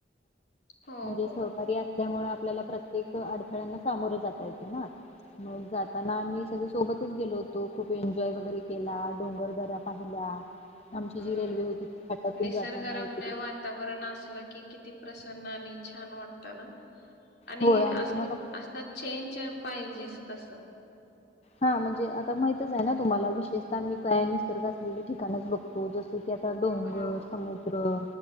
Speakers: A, on the left (about 60°); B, on the left (about 35°).
A: हो
B: म्हणजे
A: हो
B: सहकारी अस त्यामुळे आपल्याला प्रत्येक अडथळ्यांना सामोरे जाता येते ना मग जाताना आम्ही सगळे सोबतच गेलो होतो खूप एन्जॉय वगैरे केला. डोंगरदऱ्या पाहिल्या. आमची
A: हम्म
B: जी रेल्वे होती घाटातून
A: निसर्गरम्य
B: जाताना एक
A: वातावरण असलं की किती प्रसन्न आणि छान वाटत ना. आणि
B: होय
A: असा
B: तुम्हाला
A: असा चेंज पाहिजेच तसं.
B: हा म्हणजे आता माहितच आहे ना तुम्हाला विशेषतः मी काय निसर्ग असलेले ठिकाणच बघतो जस की आता डोंगर,
A: हो.
B: समुद्र